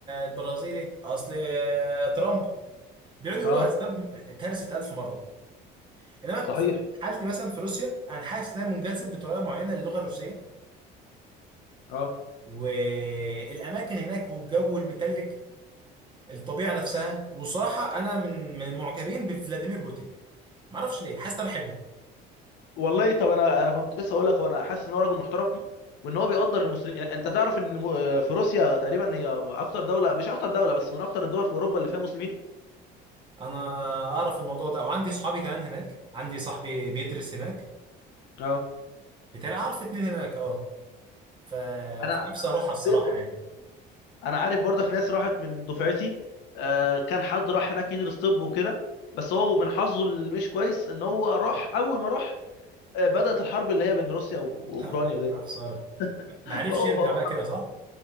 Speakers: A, on the right; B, on the left.
A: البرازيلي اصل ترامب بيقعدوا يقولوا
B: اه
A: اسباب اتهرست الف مره انما
B: صحيح
A: في حالتي مثلا في روسيا انا حاسس ان انا منجذب بطريقه معينه للغه الروسيه
B: اه
A: والاماكن هناك والجو المتلج الطبيعه نفسها وصراحه انا من من المعجبين بفلاديمير بوتين ما اعرفش ليه حاسس إن انا بحبه
B: والله طب انا انا كنت لسه اقول لك وانا حاسس ان هو راجل محترم وان هو بيقدر المسلمين يعني انت تعرف ان الم... آه، في روسيا تقريبا هي اكتر دوله مش اكتر دوله بس من اكتر الدول في اوروبا اللي فيها مسلمين
A: انا اعرف الموضوع ده وعندي صحابي كمان هناك عندي صاحبي بيدرس هناك
B: اه
A: بتاعي اعرف اتنين هناك اه ف...
B: انا
A: فنفسي
B: انا
A: اروحها الصراحه
B: سيم برضه
A: يعني
B: انا عارف برضك ناس راحت من دفعتي آه، كان حد راح هناك يدرس طب وكده بس هو من حظه اللي مش كويس ان هو راح اول ما راح آه، بدأت الحرب اللي هي بين روسيا و- واوكرانيا
A: <laughs>
B: دي
A: يا خساره ما ما
B: فهو
A: عرفش يرجع
B: فهو
A: بقى
B: حرفيا
A: كده صح